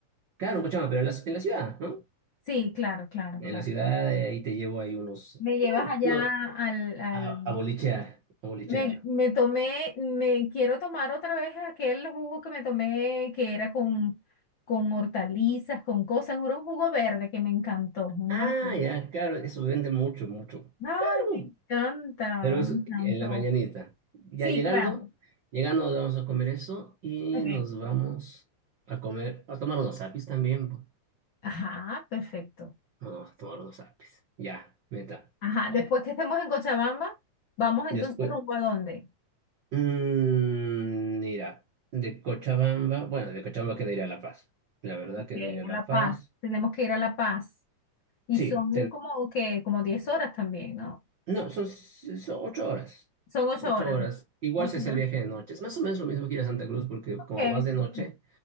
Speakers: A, on the right (about 75°); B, on the left (about 75°).
A: Claro, en Cochabamba, pero en la, en la ciudad, ¿no?
B: Sí, claro, claro,
A: en
B: claro.
A: la ciudad, eh, ahí te llevo ahí unos,
B: Me llevas allá
A: no,
B: al, al...
A: a, a bolichear, a bolichear.
B: Me, me tomé, me quiero tomar otra vez aquel jugo que me tomé que era con, con hortalizas, con cosas, era un jugo verde que me encantó, una
A: Ah,
B: maravilla.
A: ya, claro, eso vende mucho, mucho.
B: Ay,
A: Claro,
B: me encanta,
A: pero es
B: me encantó.
A: en la mañanita. Ya
B: Sí,
A: llegando,
B: claro.
A: llegando vamos a comer eso y
B: Okay.
A: nos vamos a comer, a tomar unos apis también. po.
B: Ajá, perfecto.
A: Nos vamos a tomar unos apis. Ya, meta.
B: Ajá, después que estemos en Cochabamba, vamos entonces
A: Después,
B: rumbo a dónde?
A: mm, mira, de Cochabamba, bueno, de Cochabamba queda ir a La Paz. La verdad
B: Ok,
A: queda ir a
B: a
A: La
B: La
A: Paz.
B: Paz. Tenemos que ir a La Paz. Y
A: Sí,
B: son como que como 10 horas también, ¿no?
A: No, son, s- son ocho horas.
B: Son ocho
A: Ocho
B: horas.
A: horas. Igual
B: 8
A: si es
B: horas.
A: el viaje de noche. Es más o menos lo mismo que ir a Santa Cruz, porque
B: Ok,
A: como vas de
B: perfecto.
A: noche,